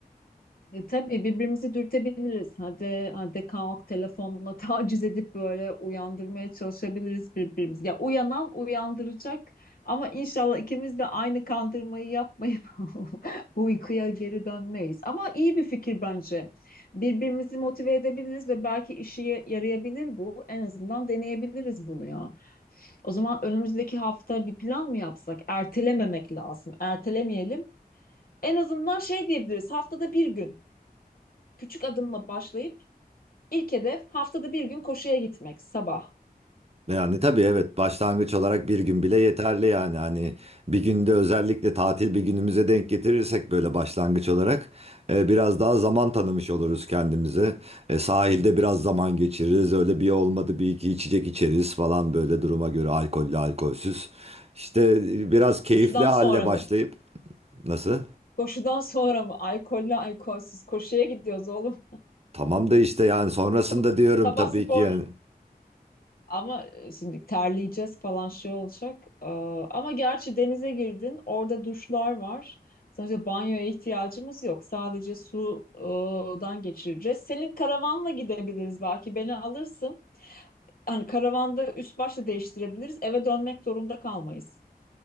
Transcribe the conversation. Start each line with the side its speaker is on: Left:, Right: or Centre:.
Left: E, tabii birbirimizi dürtebiliriz. Hadi, hadi kalk telefonla <laughs> taciz edip böyle uyandırmaya çalışabiliriz birbirimizi. Ya uyanan uyandıracak ama inşallah ikimiz de aynı kandırmayı yapmayıp <laughs> uykuya geri dönmeyiz. Ama iyi bir fikir bence. Birbirimizi motive edebiliriz ve belki işe yarayabilir bu. En azından deneyebiliriz bunu ya. O zaman önümüzdeki hafta bir plan mı yapsak? Ertelememek lazım. Ertelemeyelim. En azından şey diyebiliriz. Haftada bir gün. Küçük adımla başlayıp ilk hedef haftada bir gün koşuya gitmek sabah.
Right: Yani tabii evet başlangıç olarak bir gün bile yeterli yani hani bir günde özellikle tatil bir günümüze denk getirirsek böyle başlangıç olarak e, biraz daha zaman tanımış oluruz kendimize. E, sahilde biraz zaman geçiririz öyle bir olmadı bir iki içecek içeriz falan böyle duruma göre alkollü alkolsüz. İşte e, biraz keyifli
Left: Koşudan
Right: halle
Left: sonra
Right: başlayıp
Left: mı?
Right: nasıl?
Left: Koşudan sonra mı? Alkollü alkolsüz koşuya gidiyoruz oğlum.
Right: Tamam da işte yani sonrasında
Left: <laughs>
Right: diyorum
Left: Sabah
Right: tabii
Left: spor
Right: ki yani.
Left: Ama e, şimdi terleyeceğiz falan şey olacak. Ee, Ama gerçi denize girdin, orada duşlar var. Sonuçta banyoya ihtiyacımız yok. Sadece sudan geçireceğiz. Senin karavanla gidebiliriz belki. Beni alırsın. Hani karavanda üst başta değiştirebiliriz. Eve dönmek zorunda kalmayız.